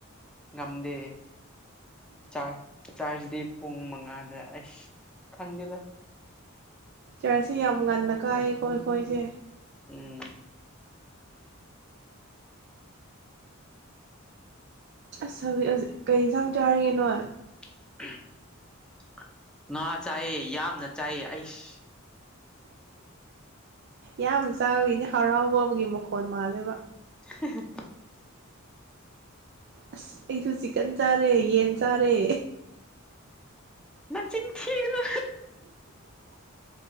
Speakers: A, in the centre; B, on the right.
A: ꯉꯝꯗꯦ ꯆꯥꯔꯖꯗꯤ ꯄꯨꯡ ꯃꯉꯥꯗ ꯑꯁ ꯈꯪꯒꯦꯗ
B: ꯆꯔꯁꯤ ꯌꯥꯝ ꯉꯟꯅ ꯀꯥꯏꯌꯦ ꯈꯣꯏ ꯈꯣꯏꯁꯦ
A: ꯎꯝ
B: ꯑꯁ ꯍꯧꯖꯤꯛ ꯍꯧꯖꯤꯛ ꯀꯩ ꯌꯦꯟꯁꯥꯡ ꯆꯥꯔꯒꯦ ꯅꯣꯏ
A: <inaudible> ꯉꯥ ꯆꯥꯏꯌꯦ ꯌꯥꯝꯅ ꯆꯥꯏꯌꯦ ꯑꯩꯁ
B: ꯌꯥꯝ ꯆꯥꯕꯒꯤꯅꯦ ꯍꯔꯥꯎꯕꯒꯤ ꯃꯈꯣꯟ ꯃꯥꯜꯂꯦꯕ
A: <unintelligible>
B: ꯑꯁ ꯑꯩꯁꯨ ꯆꯤꯛꯀꯟ ꯆꯥꯔꯦ ꯌꯦꯟ ꯆꯥꯔꯦ
A: ꯅꯆꯤꯟ ꯊꯤꯅꯨ